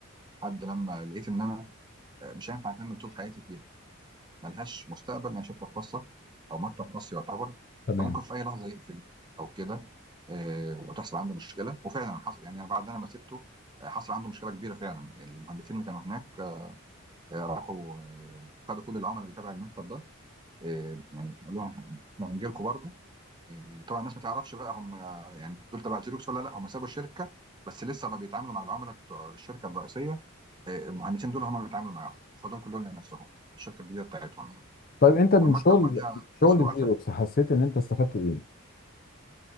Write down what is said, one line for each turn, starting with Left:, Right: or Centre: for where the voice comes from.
Right: لحد لما لقيت ان انا آه، مش هينفع اكمل طول حياتي فيها ملهاش مستقبل ان هي شركة خاصة او مكتب خاص يعتبر
Left: تمام
Right: فممكن في اي لحظة يقفل او كده آه، وتحصل عنده مشكلة وفعلا حصل يعني بعد انا ما سبته آه، حصل عنده مشكلة كبيرة فعلا المهندسين اللي كانوا هناك آه، راحوا آه، خدوا كل العملاء اللي تبع المكتب ده آه، يعني قالوا لهم احنا هنجي لكم برضه آه، طبعا الناس ما تعرفش بقى هم يعني دول تبع زيروكس ولا لا هم سابوا الشركه بس لسه ما بيتعاملوا مع العملاء بتوع الشركه الرئيسيه آه، المهندسين دول هم بيتعاملوا معاهم خدوهم كلهم لنفسهم الشركه الجديده بتاعتهم يعني
Left: طيب انت من
Right: والمكتب
Left: شغل
Right: بعدها
Left: شغل
Right: خسر وقفل
Left: زيروكس حسيت ان انت استفدت ايه